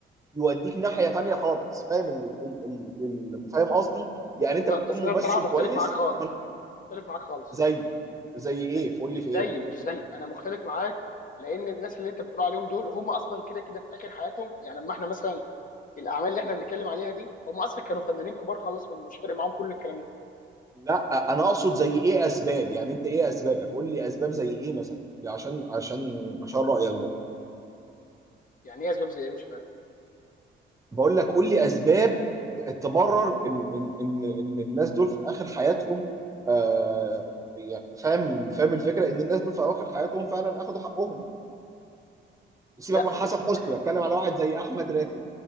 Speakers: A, on the right (about 15°); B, on the left (about 45°).
A: يوديك ناحيه تانية خالص فاهم ال... ال... ال... ال... فاهم قصدي يعني
B: بس
A: انت بتكون
B: بس
A: ممثل
B: انا بصراحه مختلف
A: كويس
B: معاك خالص
A: ف...
B: مختلف معاك خالص
A: زي زي ايه
B: لا
A: فقول
B: مش
A: لي في
B: زي
A: ايه
B: مش زي انا مختلف معاك لان الناس اللي انت بتقول عليهم دول هم اصلا كده كده في اخر حياتهم يعني اما احنا مثلا الاعمال اللي احنا بنتكلم عليها دي هم اصلا كانوا فنانين كبار خالص ومش فارق معاهم كل الكلام ده
A: لا انا اقصد زي ايه اسباب يعني انت ايه اسبابك قول لي اسباب زي ايه مثلا عشان عشان عشان رايك ده
B: يعني ايه اسباب زي ايه مش فاهم
A: بقول لك قول لي اسباب تبرر ان ان ان ان الناس دول في اخر حياتهم آه يعني فاهم فاهم الفكره ان الناس دول في اخر حياتهم فعلا اخذوا حقهم سيبك
B: لا
A: من حسن
B: بص
A: حسني
B: هقول لك حاجه
A: بتكلم على واحد زي احمد راتب